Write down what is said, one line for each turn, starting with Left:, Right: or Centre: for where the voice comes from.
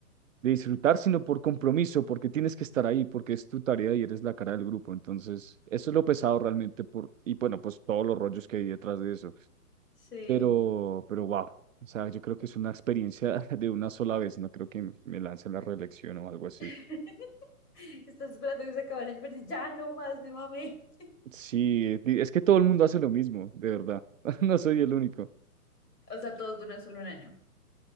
Right: de disfrutar, sino por compromiso, porque tienes que estar ahí, porque es tu tarea y eres la cara del grupo. Entonces, eso es lo pesado realmente por, y bueno, pues todos los rollos que hay detrás de eso.
Left: Sí.
Right: Pero, pero wow. O sea, yo creo que es una experiencia <laughs> de una sola vez, no creo que me lance a la reelección o algo así.
Left: <laughs> Estás esperando que se acabe el año, pero dices, ya no más, mi mami.
Right: Sí, di- es que todo el mundo hace lo mismo, de verdad. <laughs> No soy el único.
Left: O sea, todos duran solo un año.